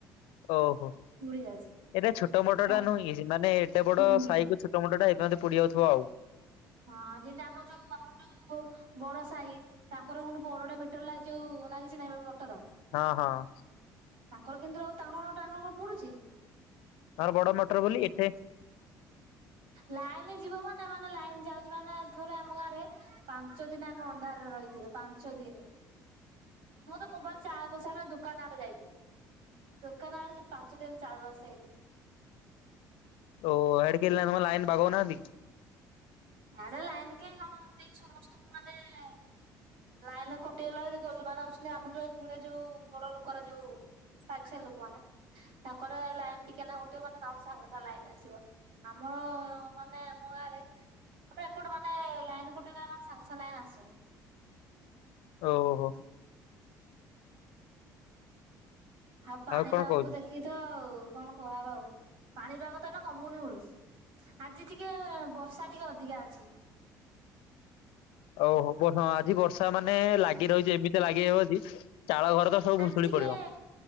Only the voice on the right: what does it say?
ବୁଡି ଯାଉଛି
ତା
ହୁଁ
ହଁ ଯେମିତି ଆମର ଯଉ ଆମର ଯଉ <inaudible> ବଡ ସାହି ତାଙ୍କର ପୁଣି ବଡଟା ମିଟର ଲାଗିଛି ଯୋଉ-ଉ ଲାଗିଛି ନା ଏବେ ମଟର।
ତାଙ୍କର କେମିତି ରଉ ତାଙ୍କର କଣ ତାଙ୍କର କଣ ପୋଡୁଚି?
ଲାଇନ ଯିବ ମାନେ ମାନେ ଲାଇନ ଯାଉଚି ମାନେ ଥରେ ଆମ ଗାଆଁରେ ପାଞ୍ଚ ଦିନ ଆମେ ଅନ୍ଧାରରେ ରହିଥିଲୁ ପାଞ୍ଚ ଦିନି।
ମୁଁ ତ ମୋବାଇଲ ଚାର୍ଜ ବସେଇବା ପାଇଁ ଦୁ କାନ ଆଡେ ଯାଇଥିଲି ଦୁକାନ ଆଡେ ପାଞ୍ଚ ଦିନିଚାର୍ଜ ବସେଇଲି।
ହିଆଡେ ଲାଇନ କେହି କଣ ଦେଇ ସମସ୍ତଙ୍କୁ ମାନେ ଲାଇନ କଟିଗଲା ଗଲ ମାନେ ଅଛନ୍ତି ଆମର ଯୋଉ ଯୋଉ ବଡ ଲୋକଉରା ଯୋଉ ସାକ ସାହି ଲୋକ ମାନେ ତାଙ୍କର ଲାଇନ ଟିକେ ନାକୁ କଟିବମାନେ ସାଙ୍ଗେ ସାଙ୍ଗେ ଲାଇନ ଆସିବ। ଆମର ମାନେ ଆମ ଗାଁ ଆଡେ ଆମେ ଏପଟୁ ମାନେ ଲାଇନ କଟିଗଲେମାନେ ସାଙ୍ଗେ ସାଙ୍ଗେ ଲାଇନ୍ ଆସୁନି।
ଆଉ ପାଣିପାଗକୁ
ଦେଖିକି ତ ଆଉ କଣ କୁହା ହବ ଆଉ ପାଣିପାଗ ତ ଏଇନା କମୁନି ମୁଳୁ ଆଜି ଟିକେ ବର୍ଷା ଟିକେ ଅଧିକା ଅଛି।
ଆଜି
ଟିକେ